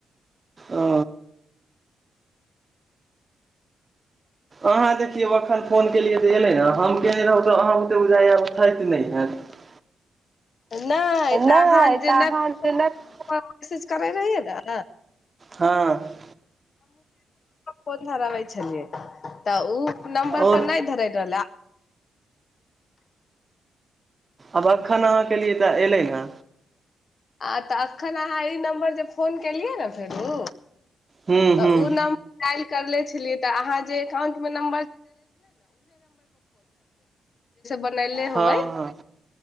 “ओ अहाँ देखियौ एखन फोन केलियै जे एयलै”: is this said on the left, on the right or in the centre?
Right